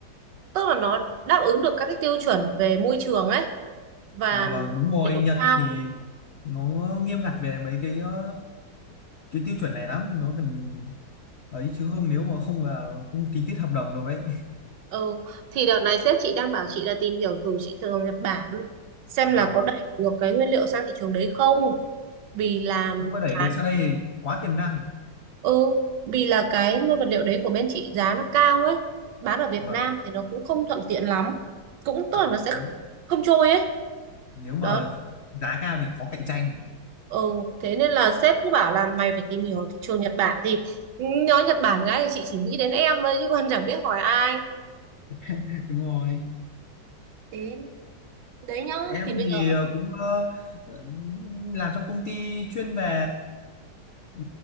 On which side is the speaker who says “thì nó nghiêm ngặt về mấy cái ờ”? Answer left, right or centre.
Left